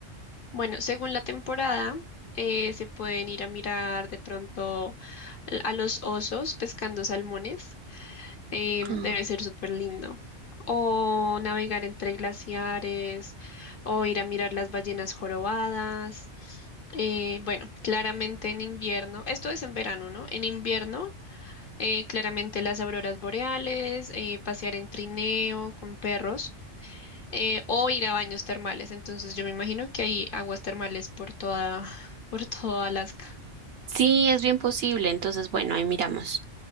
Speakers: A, on the left; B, on the right.
A: Bueno, según la temporada, eh, se pueden ir a mirar de pronto l- a los osos pescando salmones. em,
B: Ah,
A: debe ser súper lindo. O navegar entre glaciares, o ir a mirar las ballenas jorobadas. Eh, bueno, claramente en invierno, esto es en verano, ¿no? En invierno, eh, claramente las auroras boreales, eh, pasear en trineo con perros eh, o ir a baños termales. Entonces yo me imagino que hay aguas termales por toda, <laughs> por todo Alaska.
B: Sí, es bien posible. Entonces, bueno, ahí miramos.